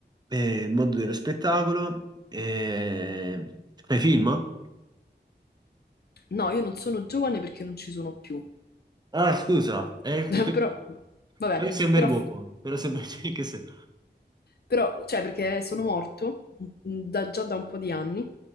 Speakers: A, on the right; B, on the left.
A: eh, mondo dello spettacolo, eh, fai film?
B: No, io non sono giovane perché non ci sono più.
A: Ah, scusa, eh,
B: <laughs>
A: tu-
B: Però, vabbè,
A: però sei un
B: però
A: bel uomo, però sei, <laughs> cioè, che se-
B: Però, cioè, perché sono morto mm, da- già da un po' di anni